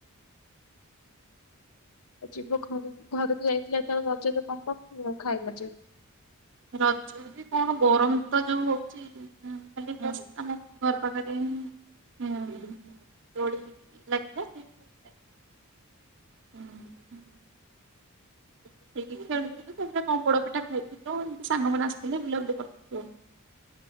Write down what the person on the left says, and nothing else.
ଆଉ ଯିବ ଘରକୁ ଘରକୁ ଯାଇଥିଲ ଜେତୋଳେ ରଜରେ କଣ କରୁଥିଲ ଖାଇଲ ଯେ?